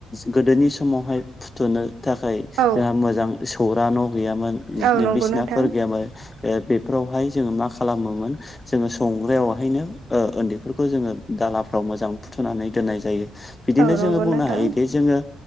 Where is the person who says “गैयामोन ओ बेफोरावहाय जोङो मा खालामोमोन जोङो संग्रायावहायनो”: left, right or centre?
Left